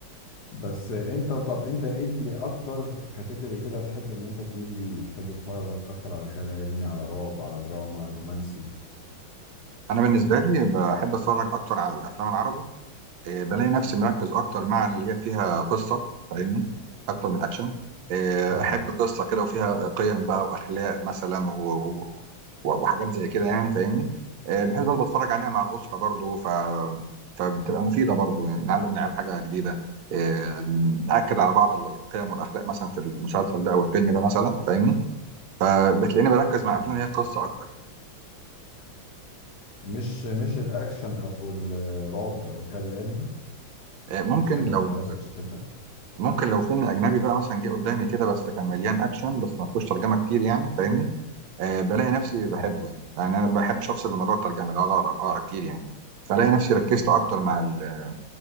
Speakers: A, on the left; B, on the right.
A: بس انت طب انت ايه اللي اكتر كاتيجوري كده تحب ان انت تميل ليه تحب تتفرج اكتر على خيال علمي على رعب على دراما على رومانسي
B: انا بالنسبه لي بحب اتفرج اكتر على الافلام العربي آه، بلاقي نفسي مركز اكتر مع اللي هي فيها قصه فاهمني اكتر من الاكشن آه،
A: اه
B: احب قصه كده وفيها قيم بقى واخلاق مثلا و... و... وحاجات زي كده يعني فاهمني آه، بحيث برضه بتفرج عليها مع الاسره برضه ف... فبتبقى مفيده برضه يعني نعلم العيال حاجه جديده آه، ناكد على بعض القيم والاخلاق مثلا في المسلسل ده او الفيلم ده مثلا فاهمني آه، بتلاقيني بركز مع افلام
A: ايوه
B: هي قصه اكتر يعني
A: مش مش الاكشن او الرعب او الخيال العلمي
B: آه، ممكن
A: مفيش حاجه
B: لو
A: من الثلاثه بتشدك
B: ممكن لو فيلم اجنبي بقى مثلا جه قدامي كده بس كان مليان اكشن بس ما فيهوش ترجمه كتير يعني فاهمني آه بلاقي نفسي بحبه
A: اه
B: يعني يعني انا ما بحبش افصل من موضوع الترجمه ده اقعد اقرا أقرأ كتير يعني فلاقي نفسي ركزت اكتر مع ال